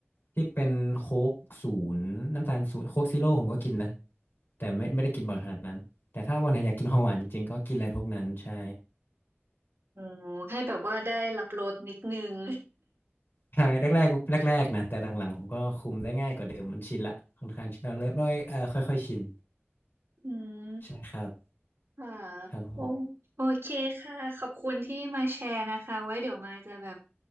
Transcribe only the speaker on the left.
ที่เป็นโค้กศูนย์น้ำตาลศูนย์โค้กซีโร่ผมก็กินนะแต่ไม่ไม่ได้กินบ่อยขนาดนั้นแต่ถ้าวันไหนอยากกินของหวานจริงๆก็กินอะไรพวกนั้นใช่
ใช่แรกๆแรกๆนะแต่หลังๆผมก็คุมได้ง่ายกว่าเดิมมันชินละค่อนข้างชินเราเริ่มด้วยเอ่อค่อยๆชิน
ใช่ครับ
ครับผม